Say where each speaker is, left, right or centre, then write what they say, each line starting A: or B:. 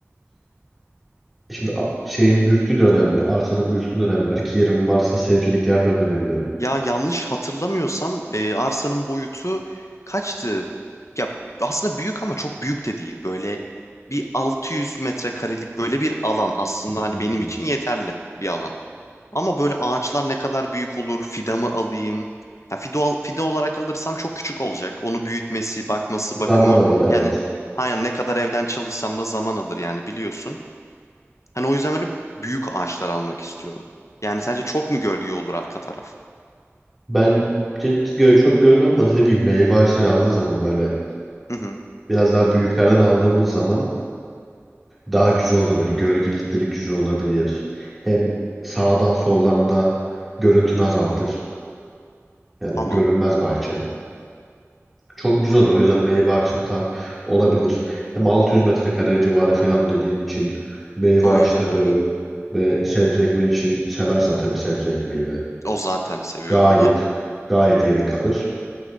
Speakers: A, in the centre; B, on the left (about 85°).
A: Şimdi a- şeyin büyüklüğü de önemli. Arsanın büyüklüğü de önemli. Eğer ki yerim varsa sevcilik yer dönebilirim.
B: Ya yanlış hatırlamıyorsam e, arsanın boyutu kaçtı? Ya aslında büyük ama çok büyük de değil. Böyle bir 600 metrekarelik böyle bir alan aslında
A: Hmm.
B: hani benim için yeterli bir alan. Ama böyle ağaçlar ne kadar büyük olur? Fidanı alayım. Ya fido, al- fide olarak alırsam çok küçük olacak. Onu büyütmesi, bakması, bakımı.
A: Zaman alır evet.
B: Yani aynen ne kadar evden çalışsam da zaman alır yani biliyorsun. Hani o yüzden böyle büyük ağaçlar almak istiyorum. Yani sence çok mu gölge olur arka taraf?
A: Bence göl çok gölge olmaz. Dediğim gibi meyve ağaçları aldığın zaman böyle
B: Hı hı,
A: biraz daha büyüklerden aldığımız zaman daha güzel olur. Böyle gölgelikleri güzel olabilir. Hem sağdan soldan da görüntünü azaltır. Yani
B: tamam.
A: görünmez bahçen. Çok güzel olur. O yüzden meyve ağaçları da olabilir. Hem 600 metrekare civarı falan dediğin için meyve
B: Aynen
A: ağaçları
B: öyle.
A: ve sebze ekmeği için seversen tabii sebze ekmeği de
B: O zaten seviyorum
A: gayet
B: da.
A: gayet yerin kalır.